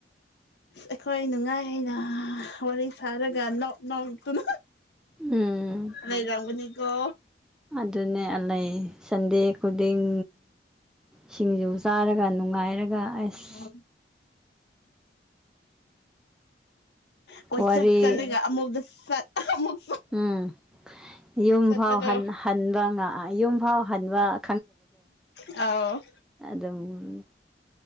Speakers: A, on the left; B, in the centre.
A: ꯑꯩꯈꯣꯏ ꯅꯨꯡꯉꯥꯏ ꯍꯥꯏꯅ ꯋꯥꯔꯤ ꯁꯥꯔꯒ ꯅꯣꯛ ꯅꯣꯛꯇꯨꯅ
B: ꯎꯝ
A: ꯂꯩꯔꯝꯒꯅꯤꯀꯣ
B: ꯑꯗꯨꯅꯦ ꯑ ꯂꯩ ꯁꯟꯗꯦ ꯈꯨꯗꯤꯡ ꯁꯤꯡꯖꯨ ꯆꯥꯔꯒ ꯅꯨꯡꯉꯥꯏꯔꯒ ꯑꯁ
A: ꯎꯝ ꯀꯣꯏ
B: ꯋꯥꯔꯤ
A: ꯆꯠ ꯆꯠꯂꯒ ꯑꯃꯨꯛꯗ ꯆꯠ ꯑꯃꯨꯛ
B: ꯎꯝ ꯌꯨꯝ
A: ꯆꯠꯄꯗꯣ
B: ꯐꯥꯎ ꯍꯟ ꯍꯟꯕ ꯉ ꯌꯨꯝ ꯐꯥꯎ ꯍꯟꯕ
A: ꯑꯧ
B: ꯗꯨꯃꯥꯏ